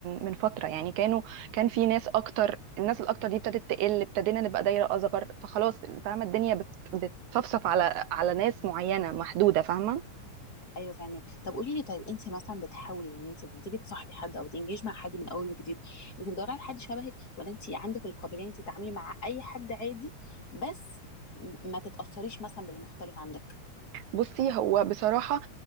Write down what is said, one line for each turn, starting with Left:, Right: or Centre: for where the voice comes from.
Right: من فتره يعني كانوا كان في ناس اكتر الناس الاكتر دي ابتدت تقل ابتدينا نبقى دايره اصغر فخلاص فاهمه الدنيا بت... بتصفصف على على ناس معينه محدوده فاهمه
Left: ايوه فاهمك طب قولي لي طيب انت مثلا بتحاولي ان انت لما تيجي تصاحبي حد او تنجيج مع حد من اول وجديد انت بتدوري على حد شبهك ولا انت عندك القابليه ان انت تتعاملي مع اي حد عادي بس م- ما تتاثريش مثلا باللي مختلف عندك
Right: بصي هو بصراحة